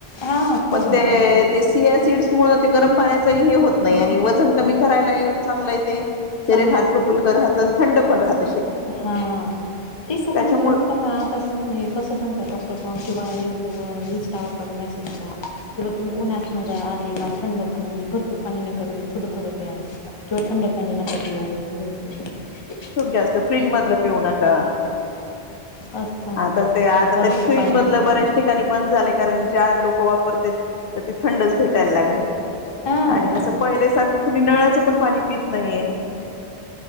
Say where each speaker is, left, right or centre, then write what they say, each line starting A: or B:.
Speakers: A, on the left; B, on the left.
A: हा
B: पण
A: होतो ना
B: ते
A: तो त्रास
B: ते सीया सिड्स मुळ ते गरम पाण्याच हे होत नाही
A: हा
B: आणि वजन कमी कराय ला चांगय ते शरीर
A: चांगलं
B: हलकं
A: होते.
B: फुलकं राहत आणि थंड पण राहत.
A: हा तीच आता
B: त्याच्यामुळे
A: म्हणजे कसं बघा आता म्हणजे कसं सांगतात डॉक्टर पण किंवा युट्यू वर इन्स्टा वर पण मेसेज येता कीं बाबा उन्हातना मग आले का थंड पाणी म्हणजे भरपूर पाणी नका पिऊ थोडं थोडे प्या. हे थंड पानी नका पीऊ <unintelligible>
B: खूप जास्त फ्रीज मधलं पिऊ नका.
A: असं सांगतात
B: आता
A: किंवा
B: ते आता
A: बरफच
B: तरी फ्रिज
A: पाणी
B: मधलं
A: नका
B: बऱ्याच
A: पिऊ
B: ठिकाणी बंद झालेय कारण ज्या लोक वापरतेत त ती थंडच भेटायला लागले
A: हा
B: आणि असं पहिल्यासारखं कुणी नळाचं पण पाणी पित नाहीये.